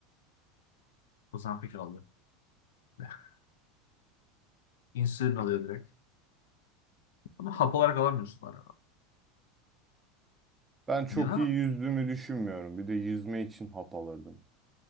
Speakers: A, on the left (about 85°); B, on the right (about 15°).
A: Ozempic alıyor. <laughs> İnsülin alıyor direkt. Ama hap olarak alamıyorsun arada.
B: Ben çok
A: Ya da
B: iyi yüzdüğümü düşünmüyorum. Bir de yüzme için hap alırdım.